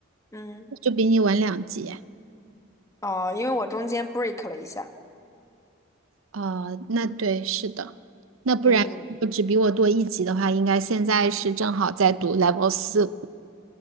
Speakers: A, on the left; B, on the right.
A: 嗯
B: 就比你晚两级，
A: 哦，因为我中间 break 了一下，
B: 哦，那对，是的，那不然我只比我多一级的话，
A: 嗯嗯
B: 应该现在是正好在读 level 四。